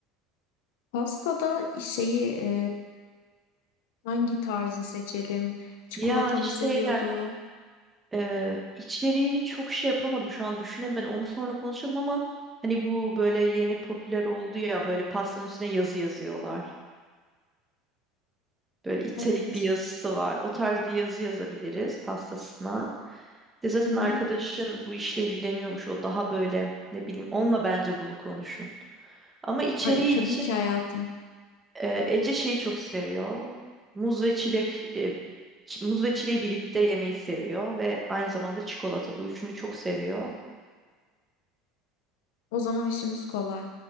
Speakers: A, on the left; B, on the right.
A: Pastada şeyi e, hangi tarzı seçelim? Çikolata
B: Ya
A: mı
B: şeyler
A: seviyordu?
B: Ee, içeriğini çok şey yapamadım şu an düşünemedim. Onu sonra konuşalım ama hani bu böyle yeni popüler oldu ya böyle pastanın üstüne yazı yazıyorlar. Böyle italik
A: Evet.
B: bir yazısı var. O tarz bir yazı yazabiliriz pastasına. Bir De zaten
A: Hı hı.
B: arkadaşın bu işle ilgileniyormuş. O daha böyle ne bileyim onunla bence bunu konuşun. Ama içeriği
A: Ay, tabii
B: için
A: ki hayatım.
B: e, Ece şeyi çok seviyor. Muz ve çilek e, ç- muz ve çileği birlikte yemeyi seviyor ve aynı zamanda çikolata. Bu üçünü çok seviyor.
A: O zaman işimiz kolay.